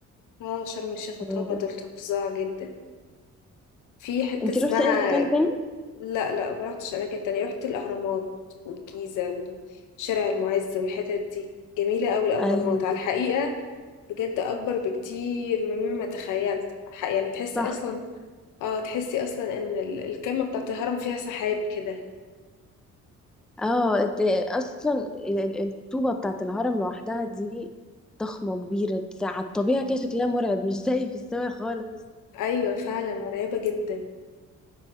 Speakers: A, on the left; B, in the centre.
A: اه شرم الشيخ وطابة
B: آه.
A: دول فظاع جدا في حتة
B: انت
A: اسمها
B: رحتي اي مكان تاني
A: لا لا ما رحتش أماكن تانية رحت الأهرامات والجيزة وشارع المعز والحتت دي جميلة أوي الأهرامات
B: ايوه
A: على الحقيقة بجد أكبر بكتير مما تخيلت ح- يعني تحسي
B: صح
A: أصلا اه تحسي أصلا إن ال- الكمة بتاعت الهرم فيها سحاب كده
B: اه انت اصلا ال- ال- الطوبه بتاعت الهرم لوحدها دي ضخمه كبيره على الطبيعه كده شكلها مرعب مش زي في السماء خالص
A: أيوة فعلا مرعبة جدا